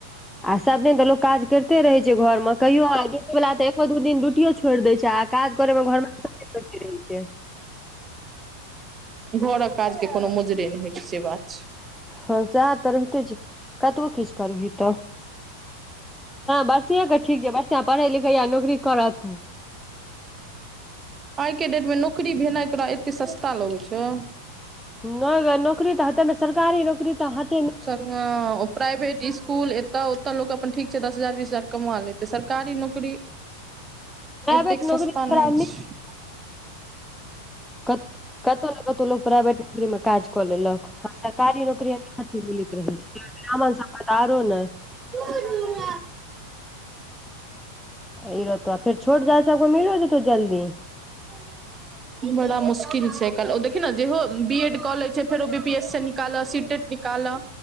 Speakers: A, in the centre; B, on the right (about 20°).
A: आ सब दिन तक लोक काज करिते रहै छै घरमे कहियो ड्यूटी वला तऽ एको दु दिन ड्यूटियो छोड़ि दै छै आ काज करैमे घरमे आ <unintelligible>
B: घरऽक काजके कोनो मोजरे नहि होइ छै से बात
A: हँ सएह तऽ रहिते छै कतबो किछु करबही तऽ बसिंया के ठीक छै बसिआं पढ़े लिखै यै नौकरी करत
B: आइ के डेट मे नौकरी भेनाइ तोरा एते सस्ता लगै छौ
A: नहि गे नौकरी तऽ हेतै सरकारी नौकरी तऽ ह
B: संग प्राइवेट स्कूल एतऽ ओतय लोक अपन ठीक छै दस हजार बीस हजार कमा लेतै सरकारी नौकरी
A: प्राइवेट
B: एतेक सस्ता
A: नौकरी तोरा
B: नहि छै
A: क कतहु ने कतहु लोक प्राइवेट नौकरी मे काज कऽ लेलक सरकारी नौकरी अ मिलैत रहै छै तै में तो हमरा सभ के त आरो नहि
B: तू
A: ई रहतो फेर छोट जात सब के मिलो जे तो जल्दी
B: ह <inaudible> बड़ा मुश्किल छै आइ काल्हि ओ देखी ने जेहो बी एड कऽ ले छै फेरो बी पी एस सी निकाल सी टेट निकालऽ